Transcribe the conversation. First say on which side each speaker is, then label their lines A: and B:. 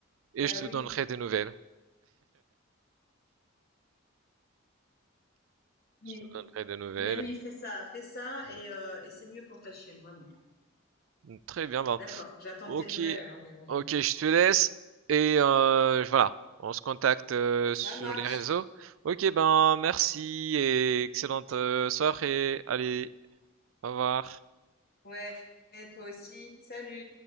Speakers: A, on the right; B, on the left.
A: Et
B: Bah
A: je te
B: oui.
A: donnerai des nouvelles.
B: Mais,
A: Je te donnerai des nouvelles.
B: mais oui, fais ça, fais ça.
A: Voilà.
B: Et, euh, et c'est mieux pour ta chienne, vraiment.
A: Mmh, Très bien, ben.
B: D'accord, j'attends
A: Ok,
B: de tes nouvelles alors, Gabriel.
A: ok, je te laisse. Et euh, voilà, on se contacte euh,
B: Ça
A: sur
B: marche.
A: les réseaux. Ok, ben merci et excellente euh, soirée. Allez, au revoir.
B: Ouais, toi aussi. Salut.